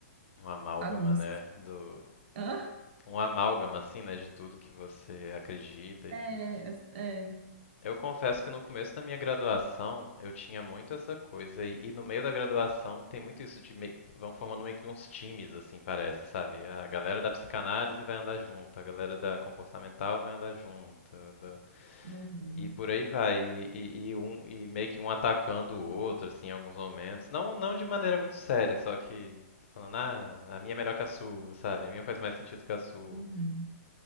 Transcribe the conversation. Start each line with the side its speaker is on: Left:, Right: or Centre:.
Left: Um amálgama,
Right: bagunça.
Left: né, do
Right: <laughs> Hã?
Left: um amálgama assim, né, de tudo que você acredita e
Right: É,
Left: que
Right: é.
Left: Eu confesso que no começo da minha graduação, eu tinha muito essa coisa e, e no meio da graduação tem muito isso de meio... vão formando meio que uns times assim, parece, sabe? A galera da psicanálise vai andar junto, a galera da comportamental vai andar junto, da
Right: Uhum.
Left: E por aí vai, e, e- e um, e meio que um atacando o outro, assim, em alguns momentos. Não, não de maneira muito séria, só que falando, ah, a minha é melhor que a sua, sabe? A minha faz mais sentido que a sua.
Right: Uhum.